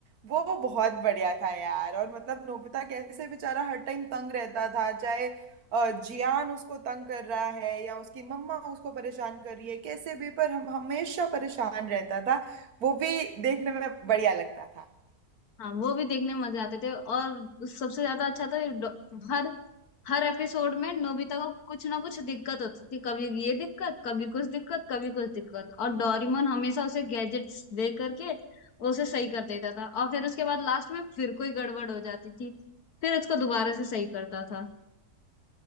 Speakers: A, on the right; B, on the left.
A: वो बहुत बढ़िया था यार और मतलब नोबिता कैसे बेचारा हर टाइम तंग रहता था चाहे अ, जियान उसको तंग कर रहा है या उसकी मम्मा उसको परेशान कर रही है कैसे भी पर हम हमेशा परेशान रहता था वो भी देखने में बढ़िया लगता था
B: हाँ वो भी देखने में मजे आते थे और उस- सबसे ज्यादा अच्छा था डॉ- हर हर एपिसोड में नोबिता को कुछ ना कुछ दिक्कत होती थी कभी ये दिक्कत कभी कुछ दिक्कत कभी कुछ दिक्कत और डोरेमोन हमेशा उसे गैजेट्स दे करके वो उसे सही कर देता था और फिर उसके बाद लास्ट में फिर कोई गड़बड़ हो जाती थी फिर उसको दोबारा से सही करता था